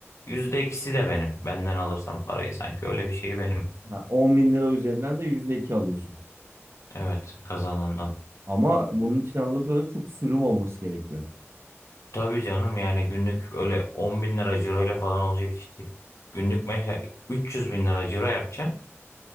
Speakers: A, on the left; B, on the right.
A: yüzde ikisi de benim. Benden alırsan parayı sanki öyle bir şey benim.
B: Ha, 10 bin lira üzerinden de %2 alıyorsun.
A: Evet kazanandan.
B: Ama bunun için anladığım kadarıyla çok sürüm olması gerekiyor.
A: Tabii canım yani günlük öyle on bin lira ciroyla falan olacak işte. Günlük mesela 300 bin lira ciro yapacaksın.